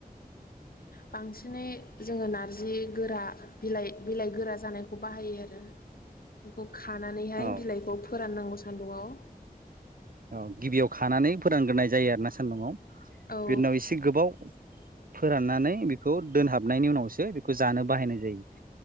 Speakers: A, on the left; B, on the right.
A: बांसिनै जोङो नारजि गोरा बिलाइ बिलाइ गोरा जानायखौ बाहायो आरो बेखौ खानानैहाय
B: औ
A: बिलाइखौ फोराननांगौ सो सानदुंआव।
B: औ गिबियाव खानानै फोरानग्रोनाय जायो आरो ना सान्दुंआव
A: औ
B: बेनि उनाव एसे गोबाव फोराननानै बेखौ दोनहाबनायनि उनावसो बेखौ जानो बाहायनाय जायो।